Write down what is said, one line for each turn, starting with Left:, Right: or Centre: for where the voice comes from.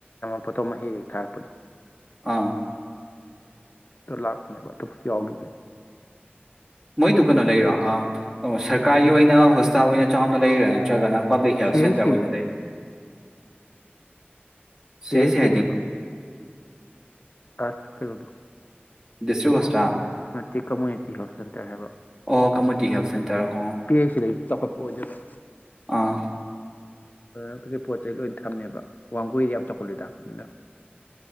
Left: ꯄꯣꯠꯇꯣ ꯃꯍꯤ ꯍꯦꯛ ꯊꯥꯔꯛꯄꯗꯣ
Right: ꯑꯥ
Left: ꯇ ꯂꯥꯛꯄꯅꯦꯕ ꯐ ꯌꯥꯒꯦꯅꯤ
Right: ꯃꯣꯏꯗꯨ ꯀꯩꯅꯣ ꯂꯩꯔꯣ ꯁꯔꯀꯥꯔꯒꯤ ꯑꯣꯏꯅ ꯍꯣꯁꯄꯤꯇꯥꯜ ꯑꯣꯏꯅ ꯆꯥꯎꯅ ꯂꯩꯔꯥ ꯅꯠꯇ꯭ꯔꯒꯅ ꯄꯥꯕ꯭ꯂꯤꯛ
Left: ꯁꯤ
Right: ꯍꯦꯜꯊ
Left: ꯍꯩꯆ
Right: ꯁꯦꯟꯇꯔ
Left: ꯁꯤꯅꯦ
Right: ꯑꯣꯏꯅ ꯂꯩ
Left: ꯁꯦꯜꯁꯤꯩꯅꯄ
Right: ꯁꯤꯁꯦ ꯍꯥꯏꯗꯤ
Left: ꯑꯁ ꯀꯩꯅꯣ ꯇꯣ
Right: ꯗꯤꯁ ꯍꯁ꯭ꯔ
Left: ꯅꯠꯇꯦ ꯀꯝꯃꯨꯅꯤꯇꯤ ꯍꯦꯜꯠ ꯁꯦꯟꯇꯔ ꯍꯥꯏꯕ
Right: ꯑꯣ ꯀꯝꯃꯨꯅꯤꯇꯤ ꯍꯦꯜꯠ ꯁꯦꯟꯇꯔ ꯑꯣ
Left: ꯄꯤ ꯑꯩꯆ ꯁꯤꯗ ꯆꯥꯎꯈꯠꯄ ꯑꯣꯏꯖꯕ
Right: ꯑꯥ
Left: ꯑꯗꯨ ꯀ ꯄꯣꯠ ꯆꯩꯩ ꯂꯣꯏ ꯊꯝꯃꯦꯕ ꯋꯥꯡꯒꯣꯏꯗꯤ ꯌꯥꯝ ꯆꯥꯎꯈꯠꯂꯦꯗꯅꯤꯅ